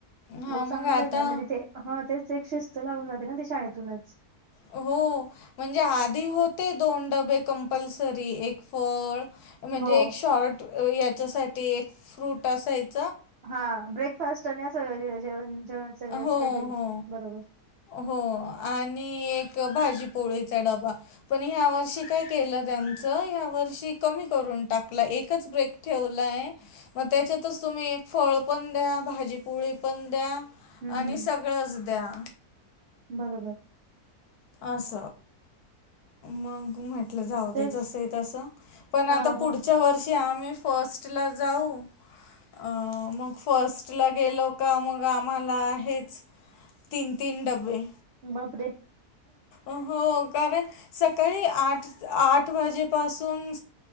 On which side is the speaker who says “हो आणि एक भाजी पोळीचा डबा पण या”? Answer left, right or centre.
Left